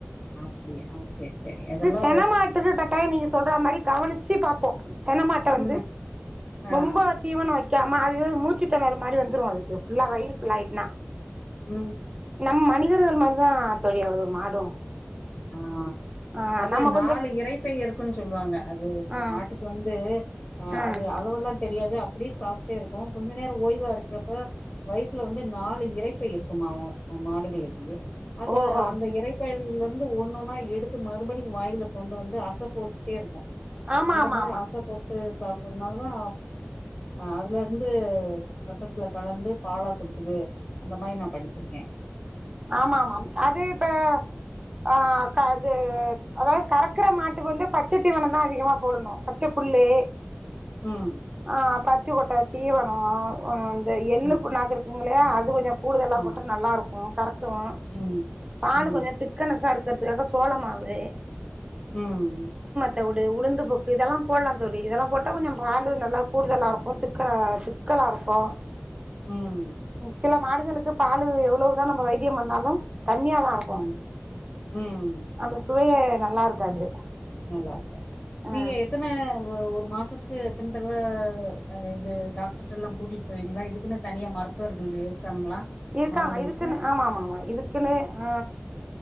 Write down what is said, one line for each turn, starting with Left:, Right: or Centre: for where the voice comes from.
Left: அப்டியா சேர் செரி அதெல்லா
Right: செனமாட்டுக்கு கட்டாயோ நீங்க சொல்ற மாரி கவனிச்சு பாப்போ செனமாட்ட வந்து
Left: ம் ஆ
Right: ரொம்ப தீவனோ வெக் க்காம அது மூச்சித்தெணறல் மாரி வந்துரூ அதுக்கு ஃபுல்லா வயிறு ஃபுல் ஆயிட்டுனா
Left: ம்
Right: நம் மனிதர்கள் மாரிதா தோழி அது மாடும்
Left: ஆ
Right: ஆ,
Left: அது
Right: நமக்
Left: நாலு இரைப்பை இருக்குன்னு சொல்லுவாங்க அது
Right: ஆ
Left: மாட்டுக்கு வந்து அ
Right: ம்
Left: அது அளவெல்லா தெரியாது அ அப்டியே சாப்ட்டே இருக்கு, கொஞ்ச நேரோ ஓய்வா இருக்கறப்ப வயித்துல வந்து நாலு இரைப்பை இருக்கும்மா மாடுகளுக்கு அது
Right: ஓஹோ
Left: அந்த இரைப்பையி ந்து ஒன்னொன்னா எடுத்து மறுபடியு வாயில கொண்டு வந்து அச போட்டே இருக்கு,
Right: ஆமா
Left: அந்த
Right: ஆமா
Left: மாரி
Right: ஆமா
Left: அச போட்டு சாப்புட்றதுனால தா அதுல இருந்து ரெத்தத்துல கலந்து பாலா குடுக்குது அந்தமாரி நா படிச்சிருக்கே
Right: ஆமாமா அது இப்ப ஆ, க அது அதாவது கறக்கற மாட்டுக்கு வந்து பச்ச தீவனம்தா அதிகமா போடணு, பச்ச புல்லு
Left: ம்
Right: ஆ பருத்தி கொட்ட தீவனம் ம் இந்த எள்ளு
Left: ம்
Right: புண்ணாக்கு இருக்குமில்லையா அது கொஞ்சம் கூடுதலா
Left: ஆமா
Right: போட்ட நல்லாயிருக்கும் கறக்கவும்
Left: ம்
Right: பாலு
Left: ம்
Right: கொஞ்சம் திக்கனசா இருக் அதுக்கு பிறகு சோளமாவு
Left: ம்
Right: தவுடு உளுந்துபக்கு இதெல்லாம் போடலாம் தோழி இதெல்லாம் போட்டா கொஞ்சம் பால் நல்லா கூடுதலா இருக்கும் திக்க திக்கலா இருக்கும்
Left: ம்
Right: சில மாடுகளுக்கு பாலு எவ்வளவு தான் நம்ம வைத்தியம் பண்ணாலும் தண்ணியாதான் இருக்கும்
Left: ஆ ம்
Right: அந்த இதுவே நல்லா இருக்காது.
Left: நல்லா இருக்காது
Right: ஆ
Left: நீங்க எத்தனை ஒரு மாசத்துக்கு எத்தனை தடவை இது டாக்டர் எல்லாம் கூட்டிட்டு போவீங்களா இதுக்குன்னு தனியா மருத்துவர்கள் இருக்காங்களா?
Right: இருக்காங்க
Left: மாடுகளுக்கு?
Right: இதுக்குன்னு ஆமா ஆமா ஆமா இதுக்குன்னு ஆ